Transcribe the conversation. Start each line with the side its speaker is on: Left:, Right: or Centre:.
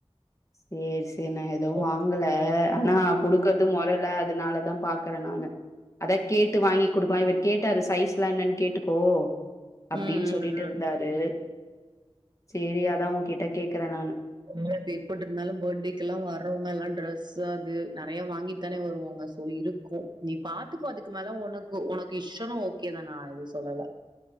Left: சேர் சேரி நா எது
Right: ம்
Left: வாங்கல ஆனா குடுக்கறதும் மொறல்ல அதனாலதா பாக் க்ற நானு அதா கேட்டு வாங்கி் குடுக்கலா இவர் கேட்டாரு சைஸ்லா என்னன் கேட்டுக்கோ அப்டின்
Right: ம்
Left: சொல்லிட்டு
Right: ம்.
Left: இருந்தாரு சேரி அதா உங்கிட்ட கேக்குறே நானு
Right: ம் அது எப்புட் இருந்தாலு பர்ட்டேக்கல்லா வர்றவங்க எல்லா டிரெஸ்சு அது நெறையா வாங்கிட்தானே வருவாங்க சோ இருக்கு நீ பாத்துக்கோ அதுக்கு மேல ஒனக்கு ஒனக்கு இஷ்டோனா ஓக்கே தா நா எது சொல்லல